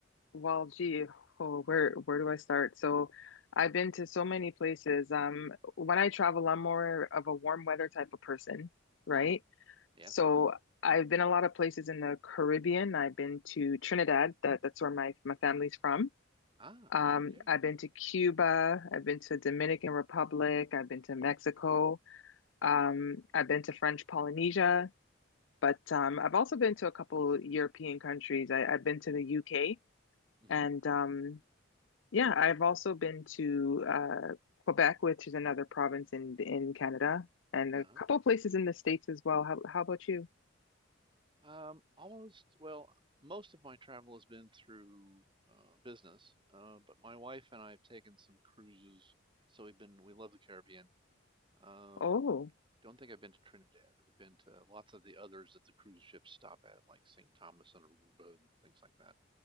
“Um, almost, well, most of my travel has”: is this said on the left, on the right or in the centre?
Right